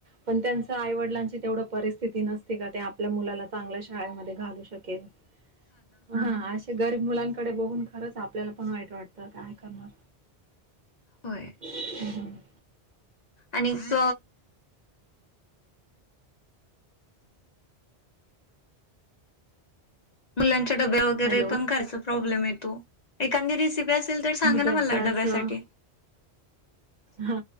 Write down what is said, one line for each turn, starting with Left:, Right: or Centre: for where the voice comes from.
Right: पण त्यांचं आईवडिलांची तेवढं परिस्थिती नसते का ते आपल्या मुलाला चांगल्या शाळेमध्ये घालू शकेल. हा आशे गरीब मुलांकडे बघून खरंच आपल्याला पण वाईट वाटतं, काय करणार?
Left: होय
Right: हम हम
Left: आणि क मुलांचे डब्या वगैरे
Right: हॅलो.
Left: पण करायचं प्रॉब्लेम येतो एखांद्या दिवशी असेल तर सांगा ना
Right: डब्याचं
Left: मला डब्यासाठी.
Right: हा,